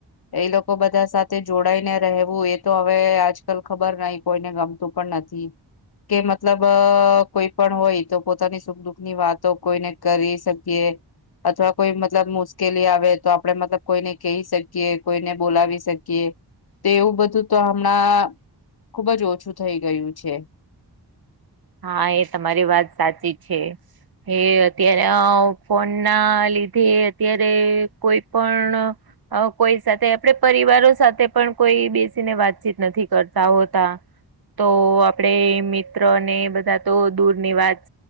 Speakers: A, on the left; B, on the right.
A: એ લોકો બધા સાથે જોડાઈ ને રહેવું એ તો હવે આજકાલ ખબર નહ કોઈને ગમતું પણ નથી <unintelligible> કે મતલબ કોઈ પણ હોય તો પોતાની સુખ દુઃખ ની વાતો કોઈને કરી શકીએ અથવા કોઈ મતલબ મુશ્કેલી આવે તો આપણે મતલબ કોઈને કહી શકીએ કોઈને બોલાવી શકીએ તે એવું બધું તો હમણાં ખુબ જ ઓછું થઇ ગયું છે
B: હા એ તમારી વાત સાચી છે એ અત્યારે ફોન ના લીધે અત્યારે કોઈ પણ હ કોઈ સાથે આપડે પરિવારો સાથે પણ કોઈ બેસીને વાતચીત નથી કરતા હોતા તો આપડે મિત્ર ને બધા તો દૂરની વાત